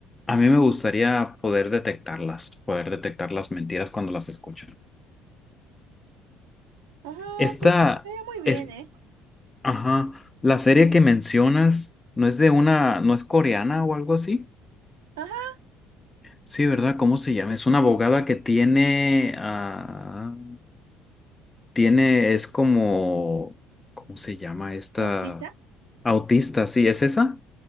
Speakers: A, on the left; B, on the right.
A: a mí me gustaría poder detectarlas, poder detectar las mentiras cuando las escucho.
B: Ajá,
A: Esta
B: pues sería muy bien,
A: es,
B: ¿eh?
A: ajá, la serie que mencionas no es de una, no es coreana o algo así.
B: Ajá.
A: Sí, ¿verdad? ¿Cómo se llama? Es una abogada que tiene, ah, tiene, es como, ¿cómo se llama esta?
B: ¿Autista?
A: Autista, sí, ¿es esa?